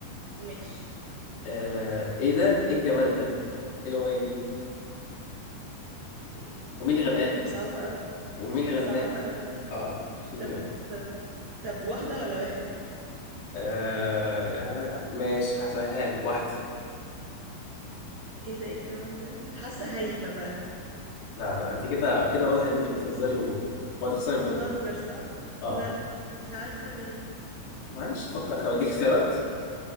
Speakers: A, on the right; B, on the left.
A: ماشي
B: آه ايه ده ايه الجمال ده ايه الاغنيه دي
A: مم،
B: ومين اللي
A: لا
B: غناها
A: انت مصعبها قوي
B: ومين اللي غناها
A: صعبها قوي
B: اه عشان
A: طب
B: تبقى
A: طب طب واحدة ولا واحد
B: آه يا- ماشي هسهلها لك واحدة
A: ايه ده ايه الجمال ده حاسة هايفة بقى
B: لا لا انت كده كده واضح ان انت بتهزري و... وهتخسري من الاول
A: بهزر صح
B: اه
A: لا مش عارفة مين
B: معلش فكر طب اديك اختيارات